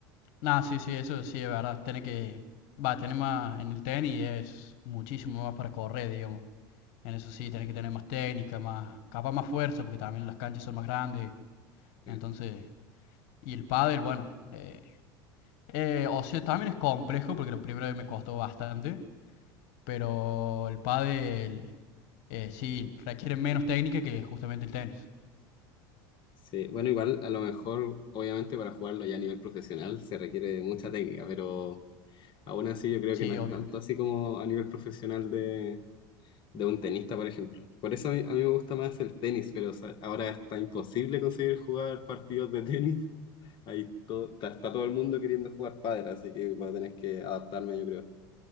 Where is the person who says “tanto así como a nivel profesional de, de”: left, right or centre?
Left